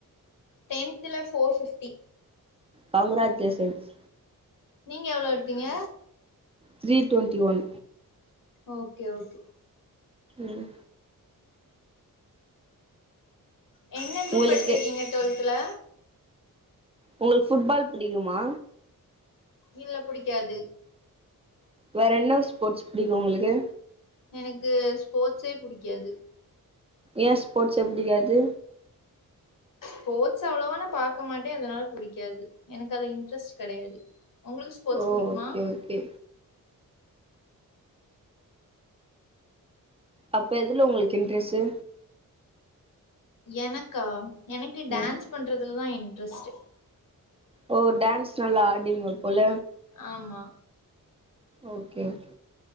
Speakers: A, on the left (about 70°); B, on the right (about 15°).
A: டென்த்துல ஃபோர் ஃபிஃப்டி
B: கங்க்ராஜ்லேஷன்ஸ்
A: நீங்க எவ்ளோ எடுத்தீங்க
B: three twenty one
A: okay okay
B: ம்
A: எ என்ன க்ரூப்
B: உங்களுக்கு
A: எடுத்திருக்கீங்க டொல் த்துல
B: உங்களுக் ஃபுட்பால் பிடிக்குமா
A: இல்ல புடிக்காது
B: வேற என்ன ஸ்போர்ட்ஸ் புடிக்கூ உங்ளுக்கு
A: எனக்கு ஸ்போர்ட்ஸே புடிக்காது
B: ஏ ஸ்போர்ட்ஸே புடிக்காது
A: ஸ்போர்ட்ஸ் அவ்ளவா நா பாக்க மாட்டே அதனால புடிக்காது எனக்கு அது இன்ட்ரெஸ்ட் கெடையாது உங்களுக்கு ஸ்போர்ட்ஸ்
B: ஓ
A: புடிக்குமா
B: ஓகே ஓகே அப் ப எதுல உங்ளுக்கு இன்ட்ரெஸ்ஸு
A: எனக்கா எனக்கு டான்ஸ்
B: ம்
A: பண்றதுல தா இன் ட்ரெஸ்ட்டு
B: ஓ டான்ஸ் நல்லா ஆடுவீங்க போல
A: ஆமா
B: ஓகே ஓகே